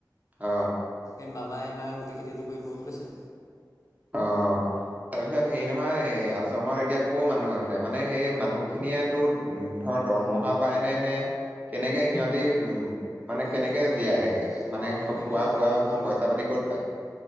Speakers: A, on the right; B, on the left.
A: অ'।
B: এই বাবাই এবাৰ গোটেই খেতিটো কৰিব বুলি কৈছে।
A: অ'। তাৰপিছত হেৰি নহয়, এ আশ্ৰমত এতিয়া ক'ৰ মানুহ আছে, মানে সেই মানুহখিনিয়ে তো উম, ধৰ দৰমহা পায় নে- নে, কেনেকে সিহঁত তি উম, মানে কেনেকে
B: কি বুলি ক'ম
A: জীয়াই
B: এতিয়া
A: থাকে, মানে
B: অঁ
A: খোৱা-বোৱা
B: কি সিহঁতৰ
A: এইবোৰ পইচা-পাতি ক'ত পায়।